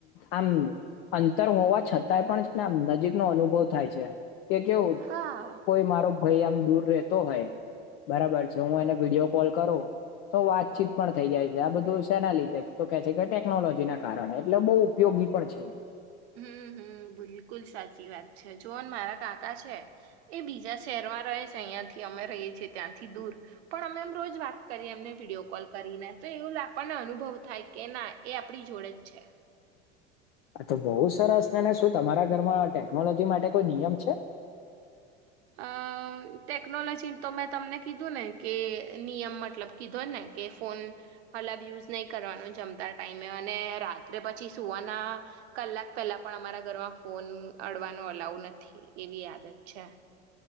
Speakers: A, on the left; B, on the right.
A: આમ અંતર હોવા છતાંય પણ ને આમ નજીકનોો અનુભવ થાય છે. એ કેવું
B: હા
A: કોઈ મારો. કોઈ આમ દૂર રહેતો હોય બરાબર છે, હું એને વિડીયો કોલ કરું તો વાતચીત પણ થઈ જાય છે આ બધું. તેના લીધે તો કે છે કે ટેકનોલોજી ના કારણે. એટલે બહુ ઉપયોગી પણ છે.
B: હમ્મ હમ્મ બિલકુલ સાચી વાત છે. જોન મારા કાકા છે એ બીજા શહેરમાં રહે છે અહીંથી અમે રહીએ છીએ ત્યાંથી દૂર પણ અમે એમ રોજ વાત કરીએ એમને વિડીયો કોલ કરીને તો એવું આપણને અનુભવ થાય કે ના એ આપડી જોડે જ છે.
A: હા તો બહુ સરસ નેને શું તમારા ઘરમાં ટેકનોલોજી માટે કોઈ નિયમ છે?
B: અ ટેકનોલોજી તો મેં તમને કીધું ને કે નિયમ મતલબ કીધો ને કે ફોન અલાબ યુઝ નહીં કરવાનો જમતા ટાઈમે‌ અને રાત્રે પછી સુવાના કલાક પહેલા પણ અમારા ઘરમાં ફોન અડવાનો અલાઉ નથી એવી આદત છે.